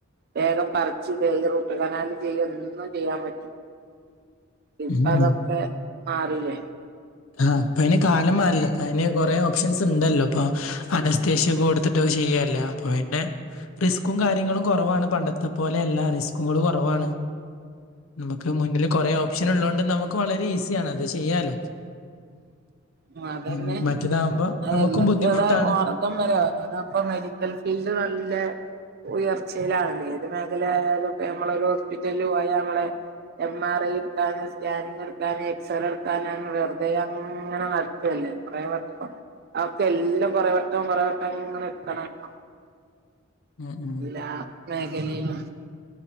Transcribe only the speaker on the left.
ഉം
ഉം
ആഹ് ഇപ്പൊ അയിന് കാലം മാറില്ല അപ്പൊ അതിന് കൊറെ ഓപ്ഷൻസ് ഉണ്ടല്ലോ അപ്പൊ അനസ്തേഷ്യ കൊടുത്തിട്ടോക്കെ ചെയ്യല്ലേ അപ്പൊ പിന്നെ റിസ്കും കാര്യങ്ങളും കുറവാണ് പണ്ടത്തെ പോലെയല്ല റിസ്കും കാര്യങ്ങളും കുറവാണ് നമുക്ക് മുന്നില് കുറെ ഓപ്ഷൻ ഉള്ളോണ്ട് നമുക്ക് വളരെ ഈസിയാണ് അത് ചെയ്യാലോ
ഉം. മറ്റേതാകുമ്പോ
നമുക്കും
ബുദ്ധിമുട്ടാണ്
മ് മ്